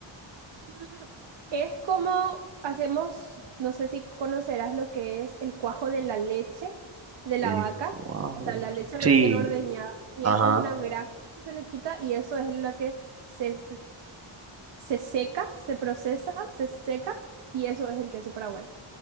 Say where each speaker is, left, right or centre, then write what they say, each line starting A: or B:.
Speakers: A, on the right (about 60°); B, on the right (about 30°).
A: Mm, Es como hacemos, no sé si conocerás lo que es el cuajo de la leche de la
B: El
A: vaca,
B: cuajo.
A: o sea, la leche recién
B: Sí,
A: ordeñada y
B: ajá.
A: es como una grasa que se le quita y eso es la que se se seca, se procesa, se seca y eso es el queso Paraguay.